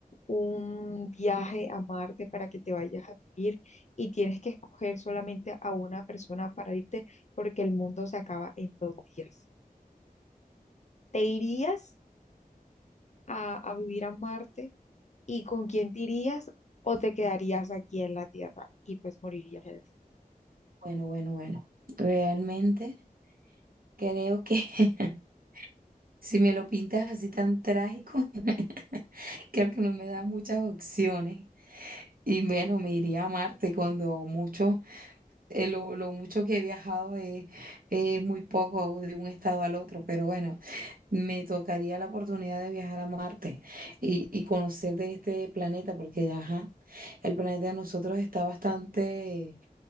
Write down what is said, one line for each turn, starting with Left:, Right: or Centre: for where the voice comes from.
Left: un viaje a Marte para que te vayas a vivir y tienes que escoger solamente a una persona para irte porque el mundo se acaba en dos días. ¿Te irías a, a vivir a Marte y con quién te irías o te quedarías aquí en la Tierra y pues morirías en
Right: Bueno, bueno, bueno. Realmente creo que <laughs> si me lo pintas así tan trágico, <laughs> creo que no me da muchas opciones. Y bueno, me iría a Marte cuando mucho, eh, lo, lo mucho que he viajado es, es muy poco de un estado al otro, pero bueno, me tocaría la oportunidad de viajar a Marte y, y conocer de este planeta, porque ajá, el planeta de nosotros está bastante